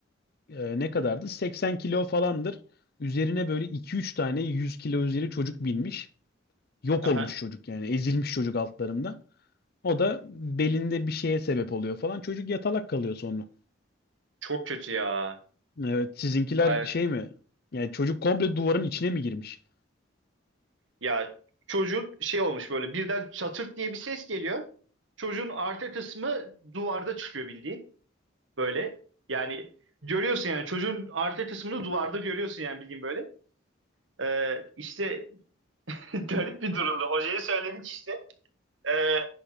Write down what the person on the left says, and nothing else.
e, ne kadardı? 80 kilo falandır. Üzerine böyle iki üç tane 100 kilo üzeri çocuk binmiş. Yok
olmuş çocuk yani. Ezilmiş çocuk altlarında. O da belinde bir şeye sebep oluyor falan. Çocuk yatalak kalıyor sonra.
Evet, sizinkiler
şey
mi? Yani çocuk komple duvarın içine mi girmiş?